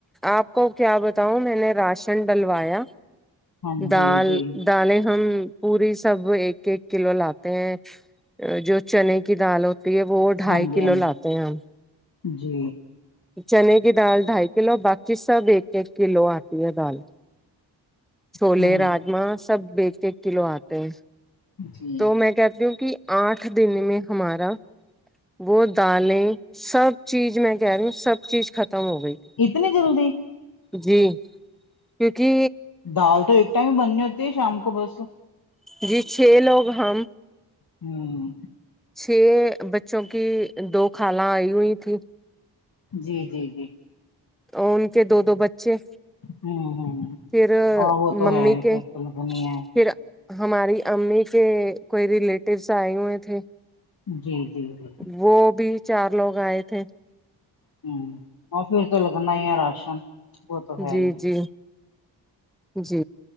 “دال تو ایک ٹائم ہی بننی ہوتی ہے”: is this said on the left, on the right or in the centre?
Left